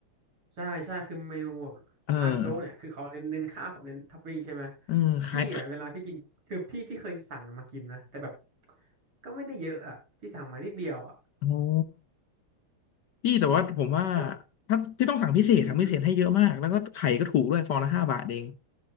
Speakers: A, on the right (about 75°); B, on the left (about 60°).
A: ใช่ใช่คือเมนูแบบร้านโจ๊กเนี่ยคือเขาเน้นเน้นข้าวกับเน้นท็อปปิ้งใช่ไหม
B: เออเออคล้าย
A: พี่อ่ะเวลาพี่กินคือพี่พี่เคยสั่งมากินนะแต่แบบก็ไม่ได้เยอะอ่ะพี่สั่งมานิดเดียวอ่ะ
B: โอ้พี่แต่ว่าผมว่า
A: เอ
B: ถ้าพี่ต้องสั่งพิเศษสั่งพิเศษให้เยอะมากแล้วก็ไข่ก็ถูกด้วยฟองละห้าบาทเอง
A: ออือฮึ